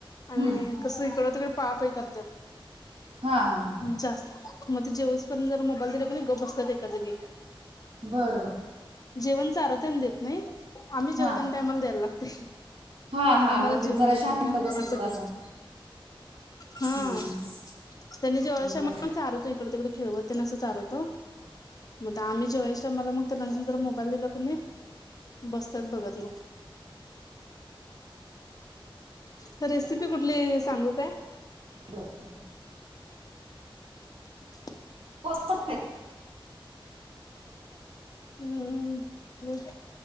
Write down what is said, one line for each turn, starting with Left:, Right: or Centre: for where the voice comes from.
Left: आणि
Right: हम्म
Left: कस इकड तिकड पळापळी करत्यात.
Right: हा हा हा
Left: जास्त मग ते जेवसपर्यंत जरा मोबाईल दिला का नाही गप्प बसत्या एका जागी.
Right: बर बर
Left: जेवण चारवतना देत नाही, आम्ही जेवताना
Right: हा
Left: टाईम आला द्यायला लागते.
Right: हा हा
Left: आम्हाला
Right: मग ते
Left: जेऊन
Right: जरा
Left: देत
Right: शांत
Left: नाहीत्यांना
Right: बसत
Left: असं कर
Right: असन
Left: हा
Right: हम्म
Left: त्यांनी जेवायच्या
Right: बरं
Left: टाईमला चाारवतो इकड तिकड खेळवते अन असं चालवतो. मग आम्ही जेवाच्या टाईमला मग त्यानां नंतर मोबाईल दिला का नाही बसत्यात बघत मग. तर रेसिपी कुठली काय सांगू काय?
Right: <inaudible>
Left: <inaudible>
Right: <unintelligible>
Left: हम् ह..